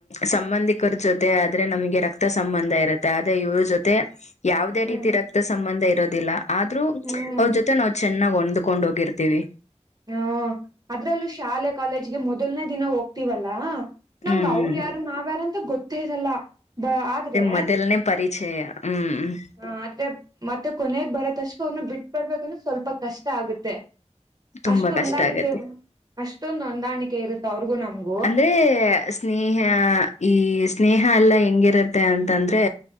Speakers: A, on the left; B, on the right.
A: ಸಂಬಂಧಿಕರ ಜೊತೆ ಆದ್ರೆ ನಮಗೆ ರಕ್ತ ಸಂಬಂಧ ಇರತ್ತೆ ಆದೇ ಇವ್ರ ಜೊತೆ ಯಾವುದೇ
B: ಹ್ಮ್
A: ರೀತಿ ರಕ್ತ ಸಂಬಂಧ ಇರೋದಿಲ್ಲ ಆದ್ರೂ
B: ಹ್ಮ್
A: ಅವ್ರ ಜೊತೆ ನಾವು ಚೆನ್ನಾಗ್ ಹೊಂದ್ಕೊಂಡು ಹೋಗಿತಿರ್ವಿ
B: ಹ್ಮ ಅದ್ರಲ್ಲೂ ಶಾಲೆ ಕಾಲೇಜಗೆ ಮೊದಲ್ನೇ ದಿನ ಹೋಗ್ತಿವಲ್ಲ ನಮ್ಗ
A: ಹ್ಮ್ ಹ್ಮ್
B: ಅವರು ಯಾರು ನಾವ್ಯಾರು ಅಂತ ಗೊತ್ತೆಯಿರಲ್ಲ ಆದ್ರೆ
A: ಮೊದಲನೇ ಪರಿಚಯ ಹ್ಮ್
B: ಹ ಆದ್ರೆ ಮತ್ತೆ ಕೊನೆಗ ಬರೋ ತಕ್ಷಕ ಅವ್ರನ್ನ ಬಿಟ್ಬಡ್ಬೇಕಂದ್ರೆ ಸ್ವಲ್ಪ ಕಷ್ಟ ಆಗುತ್ತೆ
A: ತುಂಬಾ
B: ಅಷ್ಟು ಹೊಂದಾಣಿಕೆ
A: ಕಷ್ಟ ಆಗತ್ತೆ
B: ಅಷ್ಟೊಂದು ಹೊಂದಾಣಿಕೆ ಇರುತ್ತೆ ಅವ್ರಿಗೂ ನಮ್ಗ
A: ಅಂದ್ರೆ ಸ್ನೇಹ ಈ ಸ್ನೇಹ ಎಲ್ಲ ಹೆಂಗಿರುತ್ತೆ ಅಂತಂದ್ರೆ